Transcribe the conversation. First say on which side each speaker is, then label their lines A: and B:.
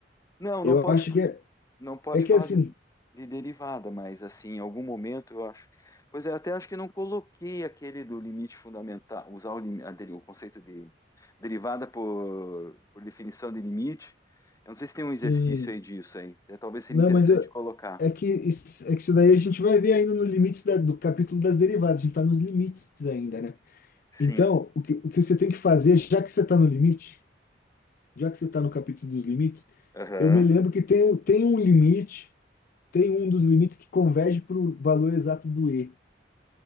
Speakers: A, on the left; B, on the left.
A: Não,
B: Eu
A: não pode,
B: acho
A: fa-
B: que é,
A: não pode
B: é que
A: falar
B: assim,
A: de, de derivada, mas assim, em algum momento eu acho. Pois é, até acho que não coloquei aquele do limite fundamental, usar o, lim- a deri- o conceito de derivada por, por definição de limite. Eu não sei se tem um
B: sim.
A: exercício aí disso aí. Até talvez seria
B: Não,
A: interessante
B: mas eu,
A: colocar.
B: é que isso, é que isso daí a gente vai ver ainda no limite da- do capítulo das derivadas. A gente está nos limites ainda, né?
A: Sim.
B: Então, o que, o que você tem que fazer, já que você está no limite, já que você está no capítulo dos limites,
A: Aham.
B: eu me lembro que tem, um- tem um limite, tem um dos limites que converge para o valor exato do E,